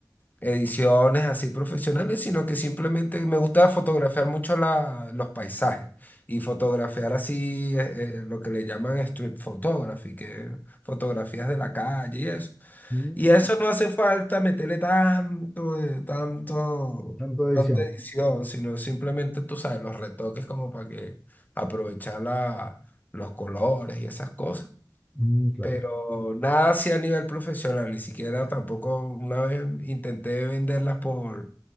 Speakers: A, on the left; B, in the centre.
A: ediciones así profesionales, sino que simplemente me gusta fotografiar mucho la- los paisajes y fotografiar así eh, eh, lo que le llaman street photography, que es fotografías de la calle y eso.
B: Mm,
A: Y a eso no hace falta meterle tanto, de- tanto,
B: tanto de
A: tanta
B: edición.
A: edición, sino simplemente, tú sabes, los retoques como para que aprovechar la- los colores y esas cosas
B: Mm, claro,
A: pero nada así a nivel profesional, ni siquiera tampoco una vez intenté venderlas por,